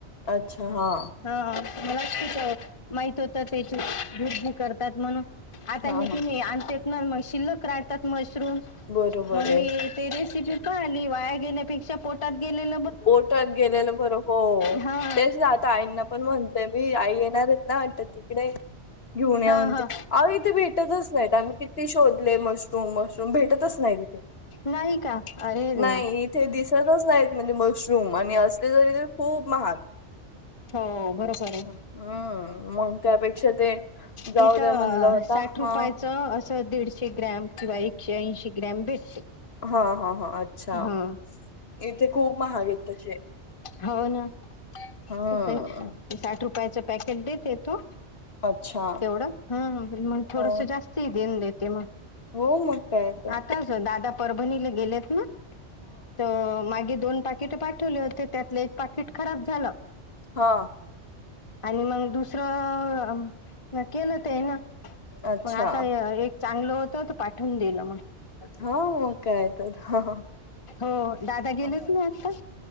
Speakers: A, on the left; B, on the left.
A: अच्छा हां.
B: हा मला तेच माहित होतं त्याची वूध करतात म्हणून <unintelligible> आता
A: हा
B: हे
A: हा
B: की नाही आण ना, मग शिल्लक राह्यातात मशरूम.
A: बरोबर
B: मग
A: आहे
B: मी ते रेसिपी पाहिली, वाया घेण्यापेक्षा पोटात गेलेली.
A: बोटात गेलेलं बरं हो
B: हा
A: तेच ना. ताईना पण म्हणतेय मी, आई येणारच ना वाटत तिकडे घेऊन येऊन
B: हा
A: या म्हण
B: हा
A: ते. अहो इथे भेटतच नाहीत, आम्ही किती शोधले मशरूम मशरूम. भेटतच नाही तिथे,
B: नाही का अरे देवा
A: नाही इथे दिसतच नाही. मशरूम आणि असले तरी तेखूप महाग.
B: हो, बरोबर आहे.
A: हम्म मग त्यापेक्षा ते. जाऊ
B: तिथं,
A: द्या म्हणलं होता
B: साठ
A: हा
B: रुपयाचं असं. दीडशे ग्रॅम किंवा, एकशे ऐंशी ग्रॅम भेटते.
A: हा हा हा अच्छा
B: हा
A: इथे खूप महाग आहेत तसे.
B: हो ना. तसं
A: हम्म
B: आहे, साठ रुपयाच पॅकेट देत येतो.
A: अच्छा.
B: तेवढं हम, मगं थोडंसं
A: अ
B: जास्तं देन देते मग.
A: हो मग काय आता.
B: आताच दादा परभणीला गेलेत ना, तर मागे दोन पाकीट पाठवले होते त्यातले. पाकिट खराब झालं
A: हा
B: आणि मंग दुसरं म केलं ते ना
A: अच्छा
B: मग आता अ य एक चांगलं होतं तर पाठवून दिलं मंग.
A: हा मग कायतर हा हा.
B: हो दादा गेलेत
A: हा.
B: ना आता.